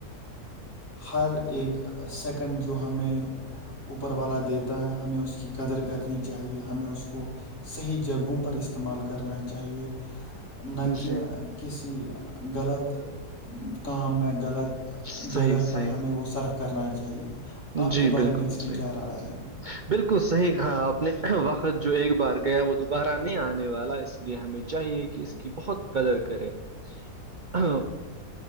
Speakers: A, on the left; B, on the right.
A: ہر ایک سیکنڈ جو ہمیں اوپر والا دیتا ہے ہمیں اس کی قدر کرنی چاہیے ہمیں اس کو صحیح جگہوں پر استعمال کرنا چاہیے نہ کہہ
B: جی
A: کسی غلط کا میں غلط
B: صحیح
A: جگہ
B: صحیح
A: پر ہمیں وہ صرف کرنا چاہیے آپ
B: جی
A: کے بارے
B: بالکل
A: میں اس کی
B: صحیح
A: کیا رائے ہے
B: بالکل صحیح کہا آپ نے وقت جو ایک بار گیا وہ دوبارہ نہیں آنے والا اس لیے ہمیں جو چاہیے کہ اس کی بہت قدر کرے ہ